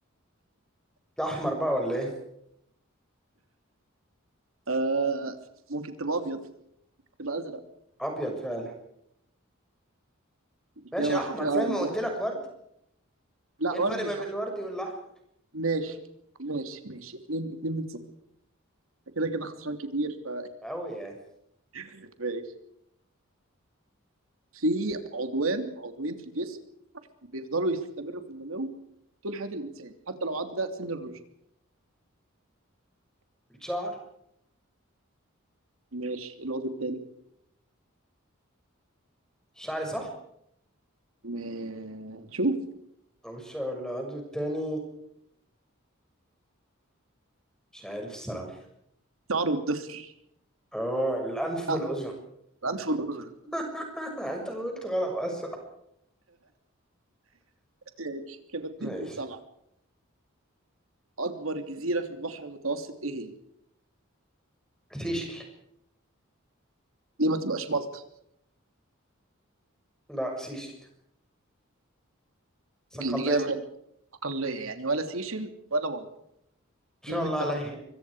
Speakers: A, in the centre; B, on the right.
A: ده أحمر بقى ولا إيه؟
B: آه ممكن تبقى أبيض تبقى أزرق
A: أبيض فعلا
B: إجابة
A: ماشي أحمر
B: خاطئة
A: زي ما
B: إجابة
A: قلت لك وردي
B: لا
A: إيه الفرق
B: وردي
A: ما
B: مش
A: بين
B: أحمر
A: الوردي والأحمر؟
B: ماشي ماشي ماشي اتنين اتنين من صفر كده كده خسران كتير ف
A: أوي يعني
B: <laughs> ماشي في عضوان عضوين في الجسم بيفضلوا يستمروا في النمو طول حياة الإنسان حتى لو عدى سن الرشد
A: الشعر
B: ماشي العضو التاني
A: الشعر صح؟
B: ما- نشوف
A: أو الشعر ولا العضو التاني مش عارف الصراحة
B: شعر الضفر
A: أه الأنف والأذن
B: لا الأنف والأذن
A: <laughs> أنت قلت غلط أصلا
B: ماشي كده اتنين
A: ماشي
B: من سبعة أكبر جزيرة في البحر المتوسط إيه هي؟
A: سيشل
B: ليه ما تبقاش مالطا؟
A: لا سيشل ساق
B: الإجابة
A: الله
B: أقلية يعني ولا سيشل ولا مالطا
A: إن
B: اتنين
A: شاء
B: من
A: الله
B: تمانية
A: عليه